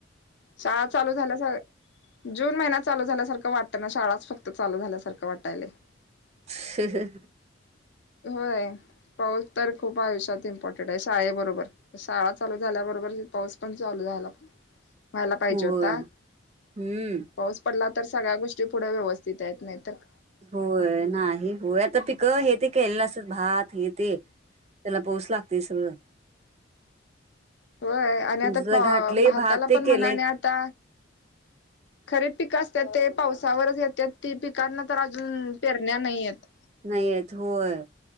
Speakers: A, on the left; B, on the right.
A: शाळा चालू झाल्या स जून महिन्यात चालू झाल्यासारखं वाटत ना शाळाच फक्त चालू झाल्यासारखं वाटायला
B: ह् ह ह
A: होय पाऊस तर खूप आयुष्यात इम्पॉर्टंट आहे शाळेबरोबर र शाळा चालू झाल्या बरोबर पाऊस पण चालू झायलाण व्हायला पाहिजे
B: होय
A: होता
B: हम्म
A: पाऊस पडला तर सगळ्या गोष्टी पुढे व्यवस्थित येत नाहीत
B: होय नाही होय आता पिक हे ते केलं अस भात येते त्याला पोच लागते सगळं
A: होय आणि आता
B: आमचं तर घाटले
A: भाताला
B: भात ते
A: पण
B: केलंय
A: म्हणाने आता खरे पिक अस तर ते पावसावर घेत्यात ते पिकांना तर अजून पेरण्या नाहीयेत
B: नाहीयत होय